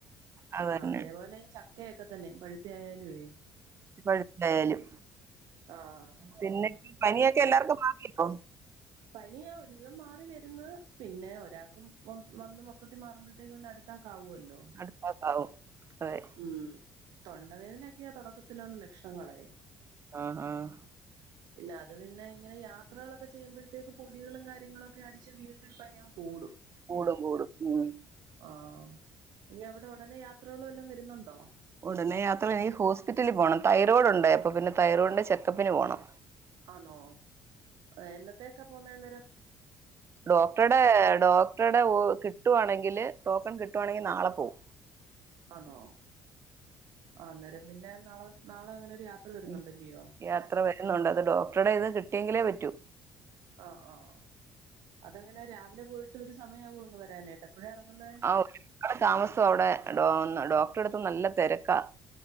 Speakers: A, on the right; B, on the right.
A: അതന്നെ
B: ആ അതേപോലെ ച കേക്കെത്തന്നെ പഴുത്ത ആയാലുവേ.
A: പ്പഴുത്തായാലും
B: ആഹ്
A: പിന്നെ പനിയൊക്കെ എല്ലാർക്കും മാറിയോ
B: പനി ആ ഒരുവിധം മാറി വരുന്ന് പിന്നെ ഒരാൾക്കും വന്ന് മൊത്തത്തിൽ മാറുമ്പോഴത്തേക്ക് പിന്നെ അടുത്ത് ക്കാവല്ലോ
A: അടുത്താക്കാവും അതെ
B: ഉം തൊണ്ടവേദനക്ക ക്കയാ തൊടക്കത്തിലുള്ള ലക്ഷണങ്ങളെ,
A: ആഹ് ആഹ്
B: പിന്നെ അത് പിന്നെ ഇങ്ങനെ യാത്രകളൊക്കെ ചെയ്യുമ്പോഴ ത്തേക്ക് പൊടികളും കാര്യങ്ങളൊക്കെ അടിച്ച് വീണ്ടും ഈ പനിയങ്ങ് കൂടും.
A: കൂടും കൂടും ഉം.
B: ആഹ് ഇനി അവിടെ ഉടനെ യാത്രകള് വല്ലോം വരുന്നുണ്ടോ?
A: ഉടനെ യാത്ര എനിക്ക് ഹോസ്പിറ്റലിൽ പോണം തൈറോയിഡ് ഉണ്ട് അപ്പൊ പിന്നെ തൈറോയിഡിന്റെ ചെക്കപ്പിന് പോണം.
B: ആന്നോ എന്നന്നത്തേക്കാ പോകുന്നന്നേരം
A: ഡോക്ടറുടെ ഡോക്ടറുടെ ഒ കിട്ടുവാണെങ്കില് ടോക്കൺ കിട്ടുവാണെങ്കില് നാളെ പോവും.
B: ആന്നോ ആഹ് അന്നേരം പിന്നെ നാളെ നാളെ അങ്ങനെ ഒരു യാത്ര വരുന്നുണ്ടല്ലയോ?
A: ഉം. യാത്ര വരുന്നുണ്ട് അത് ഡോക്ടറുടെ ഇത് കിട്ടിയെങ്കിലേ പറ്റൂ
B: ആഹ് ആഹ് അതങ്ങനെ രാവിലെ പോയിട്ട് ഒരു സമയാവോ ഇങ്ങ് വരാനായിട്ട് എപ്പഴാ ഇറങ്ങുന്നേ,
A: അടെ താമസം അവിടെ ടൊ ഡോക്ടറടുത്ത് നല്ല തിരക്കാ,